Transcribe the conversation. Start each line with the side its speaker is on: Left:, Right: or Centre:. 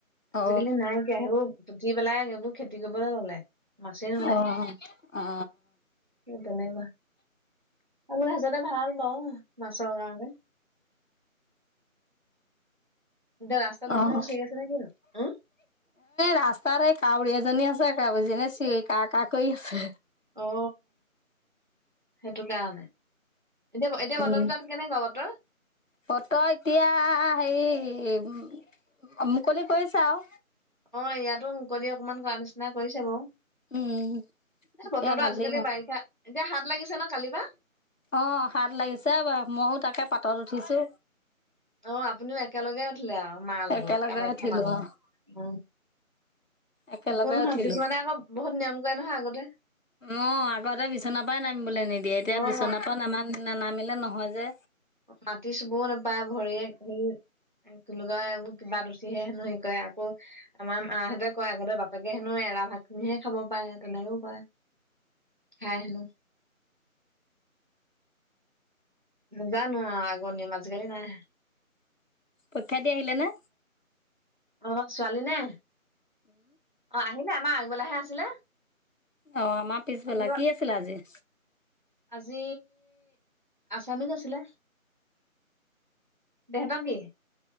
Right: আজিকালি
Left: অ
Right: নাইকিয়া সেইবোৰ উুঠি পেলাই এইবোৰ খেতি কৰিবলৈ ললে মাছেই নোলায়
Left: অ অ
Right: সেই তেনেকুৱা যতে ভাল লওঁ মাছৰ কাৰণে এতিয়া ৰাস্তাত মানুহে
Left: অ এ
Right: চিঞৰি আছে নে কিনো উম
Left: ৰাস্তাত এই কাউৰী এজনী আছে বজি ন চি কা কা কৰি আছে
Right: অ সেইটো কাৰণে এতিয়া এতিয়া বতৰটো
Left: উম
Right: তাত কেনেকুৱা বতৰ
Left: ফত এতিয়া হে উ মুকলি কৰিচে আও
Right: অ ইয়াতো মুকলি অকমান কৰা নিচিনা কৰিছে বাৰু
Left: উম
Right: এ
Left: এতিয়া
Right: বতৰটো
Left: ভালেই
Right: আজিকালি
Left: হ'ল
Right: বাৰিষা এতিয়া হাত লাগিছে ন কালিব বা
Left: অ হাত লাগিছে ব মইো তাকে পাতত উঠিছো
Right: অ আপুনিও একেলগে আছিলে আৰু মাৰ লগত
Left: একেলগে
Right: কামাখ্যা
Left: উঠিলো
Right: মাৰ লগত
Left: অ
Right: উম
Left: একেলগে
Right: একো নহয়
Left: উঠিলো
Right: কিছুমানে আকৌ বহুত নিয়ম কৰে নহয় আগতে
Left: অ আগতে বিচন পৰাই নামি বুলিলে নিদিয়ে এতিয়া
Right: অ
Left: বিচনাৰ পৰা নামান ন নামিলে নহয় মাজে
Right: মাতি চুবও নোপায় ভৰিয়ে হেৰি কোকা এইবোৰ কিবাত উঠিহে হেনো হে কয় আকৌ আমাৰ মাহঁতে কয় আগতে বাপেকে হেনো এৰা ভাত খিনিহে খাব পাৰে তেনেকেও কৰে খাই হেনো জানো আগনিম আজিকালি নাই
Left: পৰীক্ষা দিয় আহিলে না
Right: অ ছোৱালী নে অ আহিলে আমাৰ আ বলাহে আছিলে
Left: অ আমাৰ পিছবেলা
Right: আপোনালোকৰ
Left: কি আছিলে আজি
Right: আজি আছামীত আছিলে দেনা কি